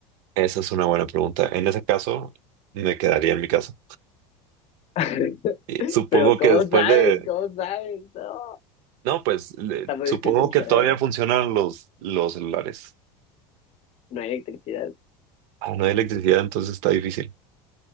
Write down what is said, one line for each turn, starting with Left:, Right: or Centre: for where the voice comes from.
Right: Esa es una buena pregunta. En ese caso, me quedaría en mi casa.
Left: <laughs>
Right: Y supongo
Left: Pero ¿cómo
Right: que después
Left: sabes?
Right: de...
Left: ¿Cómo sabes? No.
Right: No, pues le-
Left: Está muy
Right: supongo
Left: difícil
Right: que
Left: saber.
Right: todavía funcionan los, los celulares.
Left: No hay electricidad.
Right: Ah, no hay electricidad, entonces está difícil.